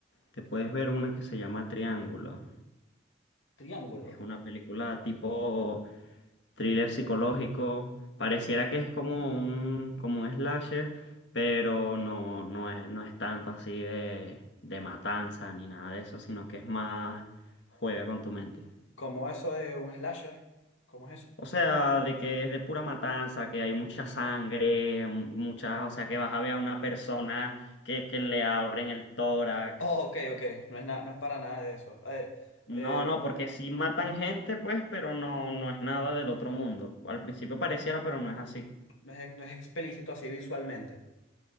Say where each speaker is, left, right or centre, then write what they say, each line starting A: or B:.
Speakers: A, on the left; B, on the left.
A: te puedes ver una que se llama Triángulo.
B: Triángulo.
A: Es una película tipo thriller psicológico.
B: Ok.
A: Pareciera que es como un, como un slasher, pero no, no es, no es tanto así de, de matanza ni nada de eso, sino que es más juega con tu mente.
B: ¿Cómo eso de un slasher? ¿Cómo es eso?
A: O sea, de que es de pura matanza, que hay mucha sangre, muchas, o sea, que vas a ver a una persona que, que le abren el tórax.
B: Oh, ok, ok. No es, na- no es para nada de eso. Eh,
A: No,
B: eh,
A: no, porque sí matan gente, pues, pero no, no es
B: Ujú.
A: nada del otro mundo. Al principio pareciera, pero no es así.
B: no es, no es explícito así visualmente.